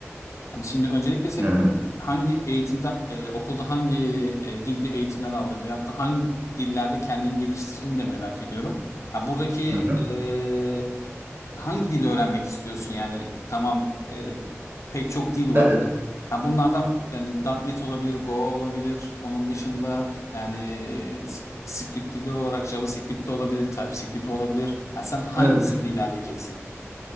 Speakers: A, on the left; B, on the right.
A: Hani şimdi öncelikle senin
B: Yani.
A: hangi eğitimde, e, okulda hangi e, dilde eğitimler aldın veyahut da hangi dillerde kendini geliştirdin de merak ediyorum. Ha buradaki
B: Hı hı.
A: e, hangi dili öğrenmek istiyorsun yani? Tamam, e, pek çok dil var.
B: Evet,
A: Ha bunlardan yani .NET olabilir, Go olabilir. Onun dışında yani s- script dilleri olarak JavaScript de olabilir, TypeScript de olabilir. Ha sen hangisinde
B: evet.
A: ilerleyeceksin?